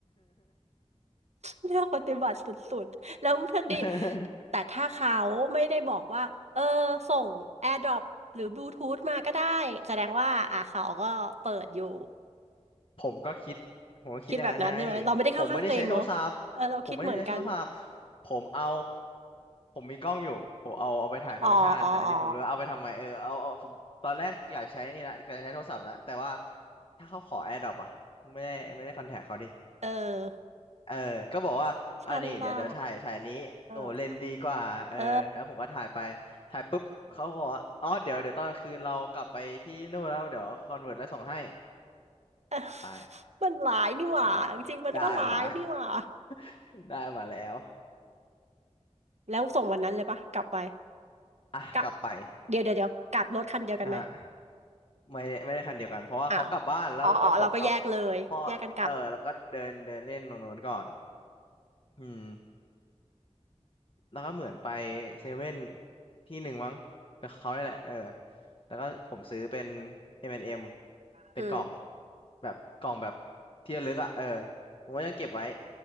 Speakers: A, on the right; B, on the left.
A: เลือกปฏิบัติสุดๆ แล้วพอดี
B: <laughs>
A: แต่ถ้าเขาไม่ได้บอกว่าเออส่ง AirDrop หรือบลูทูธมาก็ได้แสดงว่าอ่ะเขาก็เปิดอยู่
B: ผมก็คิดผมก็คิดอย่างนั้นไง
A: คิดแบบนั้นใช่ไหมเราไม่ได้เข้าข้างตัวเองเนอะ
B: ผมไม่ได้ใช้โทรศัพท์ผมไม่ได้ใช้โทรศัพท์
A: เออเราคิดเหมือนกัน
B: ผมเอาผมมีกล้องอยู่ผมเอาเอาไปถ่ายธรรมชาติแต่อันนี้ผมเลยเอาไปทำไมเออเอาเอาผมตอนแรกอยากใช้นี่ละอยากใช้โทรศัพท์ละแต่ว่า
A: อ๋ออ๋ออ๋อ
B: ถ้าเขาขอ AirDrop อ่ะไม่ได้ไม่ได้คอนแทคเขาดิ
A: เออ
B: เออก็บอกว่าอันนี้เดี๋ยวเดี๋ยวถ่ายถ่ายนี้โอ้โหเลนส์ดีกว่าเออแล้วผมก็ถ่ายไป
A: ฉลาดมากเออ
B: ถ่ายปุ๊บเขาบอกว่าอ๋อเดี๋ยวเดี๋ยวตอนกลางคืนเรากลับไปที่นู่นแล้วเดี๋ยวคอนเวิร์ตแล้วส่งให้
A: <laughs>
B: ไป
A: มันหลายนี่หว่าจริงๆมันก็หลายนี่หว่า
B: เรียบร้อยได้มา <laughs> ได้มาแล้ว
A: แล้วส่งวันนั้นเลยปะกลับไป
B: อ่ะกลับไป
A: กลับเดี๋ยวเดี๋ยวเดี๋ยวกลับรถคันเดียวกันไหม
B: นะฮะไม่ไม่ได้คันเดียวกันเพราะว่าเขากลับบ้านแล้วแล้วผมกับ
A: อ้าวอ๋ออ๋อเราก็แยกเลย
B: พ่อเออแล้วก็เดินเดินเล่นตรงโน้นก่อน
A: แยกกันกลับ
B: อืมแล้วก็เหมือนไปเซเว่นที่หนึ่งมั้งกับเขาได้แหละเออแล้วก็ผมซื้อเป็น M&M เอ็มเป็นกล่อง
A: เออ
B: แบบกล่องแบบที่ระลึกอ่ะเออผมก็ยังเก็บไว้